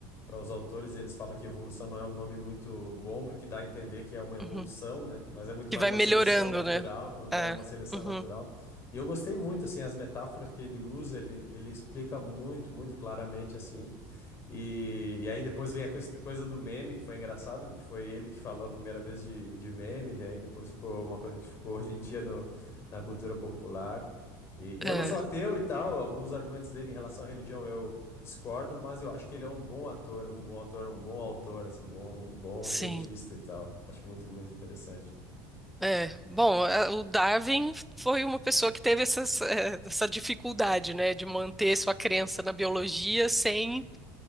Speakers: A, on the left; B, in the centre.
A: para os autores, eles falam que evolução não é um nome muito bom, porque dá a entender que é uma evolução,
B: Uhum.
A: né? Mas é muito
B: Que
A: mais
B: vai
A: uma
B: melhorando,
A: seleção natural,
B: né? É.
A: é uma seleção
B: Uhum.
A: natural. E eu gostei muito, assim, as metáforas que ele usa, ele, ele explica muito, muito claramente, assim. E, e aí depois vem a coisa, coisa do meme, que foi engraçado, porque foi ele que falou a primeira vez de, de meme, né? E depois ficou uma coisa que ficou hoje em dia no, na cultura popular. E eu
B: É,
A: não sou ateu e tal, alguns argumentos dele em relação à religião eu discordo, mas eu acho que ele é um bom ator, um bom ator, um bom autor, assim, bom, um bom
B: sim.
A: cientista e tal. Acho muito, muito interessante.
B: É, bom, a- o Darwin foi uma pessoa que teve essas, eh, essa dificuldade, né, de manter sua crença na biologia sem,